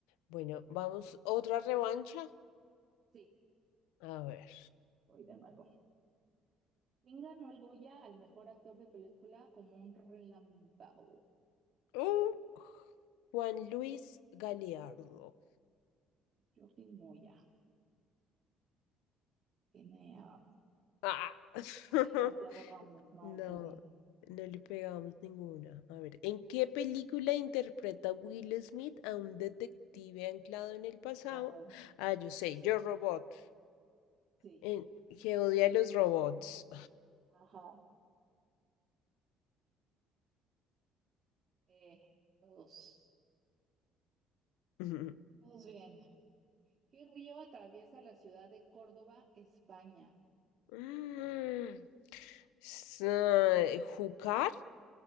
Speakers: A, on the left (about 85°); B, on the right (about 50°).
A: Bueno, vamos, otra revancha.
B: Sí,
A: A ver.
B: voy de nuevo. ¿Quién ganó el Goya al mejor actor de película como un relámpago?
A: Uh, Juan Luis Galeardo.
B: Jordi Moya. Tiene a...
A: Ah. <laughs>
B: Ay, Santiago Ramos. No,
A: No,
B: pues no.
A: no le pegamos ninguna. A ver, ¿en qué película interpreta Will Smith a un detective anclado en el pasado?
B: Ah,
A: Ah, yo sé, Yo Robot,
B: sí.
A: en, que odia a los robots.
B: Ajá. Eh, todos.
A: <laughs>
B: Todos bien. ¿Qué río atraviesa la ciudad de Córdoba, España?
A: Mm, s- eh, Júcar,